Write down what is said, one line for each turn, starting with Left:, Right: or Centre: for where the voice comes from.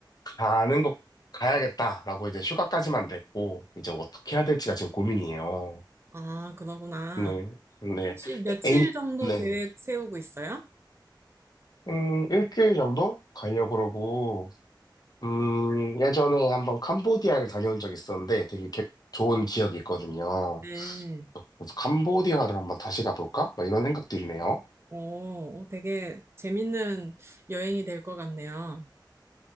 Left: 가는 거 가야겠다라고 이제 휴가까지만 냈고, 이제 어떻게 해야 될지가 지금 고민이에요.
Right: 아, 그러구나.
Left: 네, 네.
Right: 혹시 며칠
Left: 인님
Right: 정도
Left: 네.
Right: 계획 세우고 있어요?
Left: 음, 일주일 정도 가려고 그러고, 음, 예전에 한번 캄보디아를 다녀온 적이 있었는데 되게 개- 좋은 기억이 있거든요.
Right: 네.
Left: 캄보디아를 한번 다시 가볼까? 막 이런 생각도 있네요.
Right: 오, 어, 되게 재밌는 여행이 될 것 같네요.